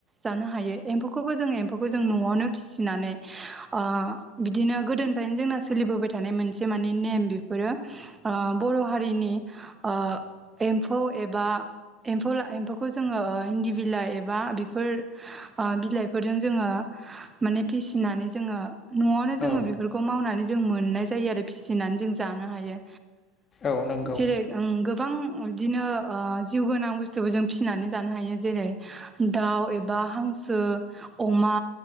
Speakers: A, on the right; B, on the left.
A: जानो हायो। एम्फौखौबो जोंङ एम्फौखौ जों न'आवनो फिसिनानै ओ बिदिनो गोदोनिफ्रायनो जोंना सोलिबोबाय थानाय मोनसे माने नेम बेफोरो ओ बर' हारिनि ओ एम्फौ एबा एम्फौ ला एम्फौखौ जोङो इन्दि बिलाइ एबा बेफोर ओ बिलाइफोरजों जोङो माने फिसिनानै जोङो न'आवनो जोङो
B: औ
A: बेफोरखौ खौ मावनानै जों मोननाय जायो आरो फिसिनानै जों जानो हायो।
B: औ नंगौ
A: जेरै ओं गोबां बिदिनो ओ जिउ गोनां बुस्थुबो जों फिसिनानै जानो हायो जेरै दाउ एबा हांसो अमा